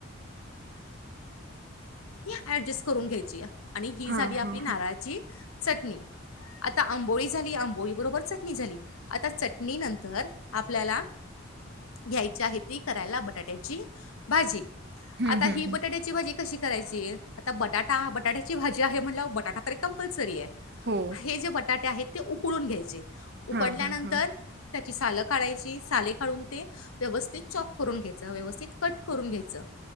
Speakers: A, on the left; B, on the right.
A: अडजस्ट करून घ्यायची आणि ही
B: हा
A: झाली आपली
B: हा
A: नारळाची चटणी आता आंबोळी झाली आंबोळी बरोबर चट झाली आता चटणी नंतर आपल्याला घ्याय आहे बटाट्याची भाजी
B: हम्म
A: आता
B: हम्म हम्म
A: ही बटाट्याची भाजी कशी करायची आता बटाटा बटाट्याची भाजी आहे म्हण बटाटा तर कम सरी आहे
B: हो
A: हे जे बटाटे आहेत ते उकडून घ्यायचे
B: हा
A: उकडल्यानंतर
B: हा हा
A: त्याची सालं काढायची साले काढून ते व्यवस्थित चॉप करून घ्यायच व्यवस्थित कट करून घ्यायचं